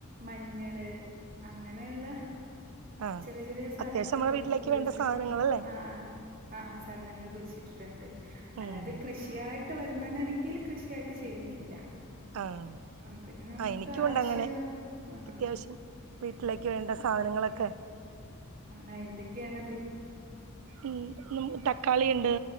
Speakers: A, on the right (about 45°); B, on the right (about 70°).
A: മഞ്ഞള് അങ്ങനെയുള്ള
B: ആഹ്
A: ചെറ്യെ ചെറ്യെ സാധനങ്ങളൊക്കെ
B: അത്യാവശ്യം നമ്മളെ വീട്ടിലേക്ക്
A: വീട്ടില
B: വേണ്ട സാധനങ്ങളല്ലേ
A: അഹ് അഹ് അഹ് അഹ് സാധനങ്ങളൊക്കെ കുഴിച്ചിട്ടിട്ട്ണ്ട് അല്ലാതെ
B: ഉം
A: കൃഷിയായി വരുമാനൊ രി ഇതില് കൃഷ്യായിട്ട് ചെയ്യുന്നുല്ല
B: ആഹ്
A: ആഹ് പിന്നെ നമക്ക്
B: ആഹ് എനിക്കുണ്ട്
A: ആവശ്യള്ള
B: അങ്ങനെ
A: ആഹ്
B: അത്യാവശ്യം
A: ആഹ്
B: വീട്ടിലേക്ക് വേണ്ട സാനങ്ങളൊക്കെ
A: അഹ് ആഹ് എന്തൊക്കെയാണത്
B: ഉം നമുക്ക് തക്കാളിയിണ്ട്